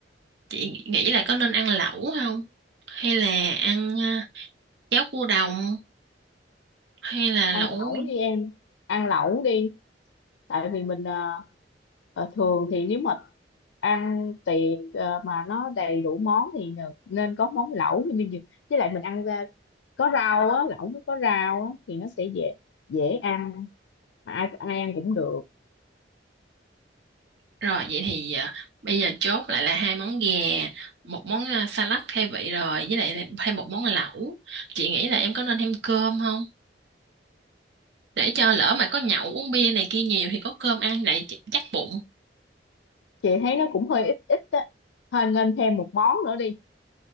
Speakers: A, on the right; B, on the left.
A: chị nghĩ là có nên ăn lẩu không hay là ăn à, cháo cua đồng hay là
B: ăn
A: lẩu
B: lẩu đi em. Ăn lẩu đi. Tại vì mình ờ, ờ, thường thì nếu mà ăn tiệc ờ, mà nó đầy đủ món thì được. Nên có món lẩu thì mình dùng- với lại mình ăn ra có rau á, lẩu nó có rau á thì nó sẽ dễ dễ ăn mà ai ai ăn cũng được.
A: rồi vậy thì à, bây giờ chốt lại là hai món gà một món à, salad khai vị rồi với lại thêm một món lẩu chị nghĩ là em có nên thêm cơm không để cho lỡ mà có nhậu uống bia này kia nhiều thì có cơm ăn lại ch- chắc bụng
B: Chị thấy nó cũng hơi ít ít á. Thôi nên thêm một món nữa đi.